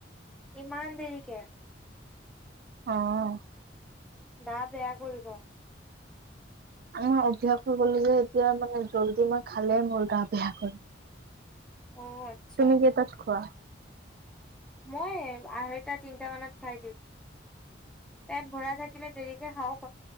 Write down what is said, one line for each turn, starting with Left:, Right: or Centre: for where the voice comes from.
Centre: ইমান দেৰি কে
Right: আহ
Centre: গা বেয়া কৰিব
Right: আৰু অভ্যাস হৈ গ'ল যে এতিয়া মানে জলদি মই খালে মোৰ গা বেয়া কৰে
Centre: অ' আচ্ছা
Right: তুমি কেইটাত খোৱা
Centre: মই আঢ়ৈটা তিনটা মানত খাই দিম পেট ভৰা থাকে কেলে দেৰিকে খাও